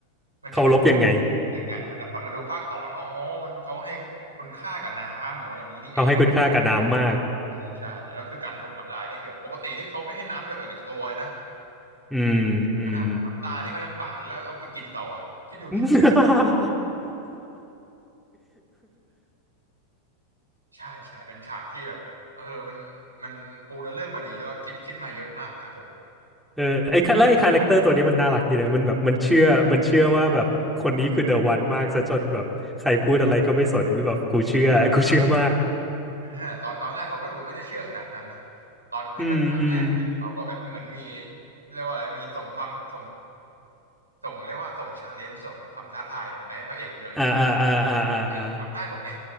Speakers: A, on the right; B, in the centre.
A: มันจะเป็น
B: เคารพยังไง
A: ยังไงแต่พอมาดูภาคสองแล้วอ๋อมันเขาให้คุณค่ากับน้ำอ๋ออย่างนี้นี่เอง
B: เขาให้คุณค่ากับน้ำมาก
A: ใช่ใช่แล้วคือการถมน้ำลายนี่คือปกตินี่เขาไม่ให้น้ำหยดออกจากตัวเลยนะ
B: อืมอืม
A: ขนาดน้ำตานี่เขายังปาดแล้วเอาไปกินต่ออะคิดดูดิ
B: <laughs>
A: ใช่ใช่เป็นฉากที่แบบเออมันมันปูเนื้อเรื่องมาดีแล้วก็คิดคิดมาเยอะมากครับผม
B: เออไอ้คาแล้วไอ้คาแรคเตอร์ตัวเนี้ยมันน่ารักดีนะมันแบบมันเชื่อมันเชื่อว่าแบบคนนี้คือเดอะวันมากซะจนแบบใครพูดอะไรก็ไม่สนคือแบบกูเชื่อกูเชื่อมาก
A: อ่าตอนตอนแรกเขาก็ดูไม่ได้เชื่อขนาดนั้นนะตอนที่เป็นภาคแรกเนี่ยเขาก็แบบเหมือนมี
B: อืมอืม
A: เรียกว่าอะไรมีส่งความส่งส่งเรียกว่าส่งชาเลนจ์ส่งความท้าทายเนี่ยไปให้พระเอกเยอะอยู่
B: อ่าอ่าอ่าอ่าอ่าอ่า
A: พระเอกทำได้หมดไง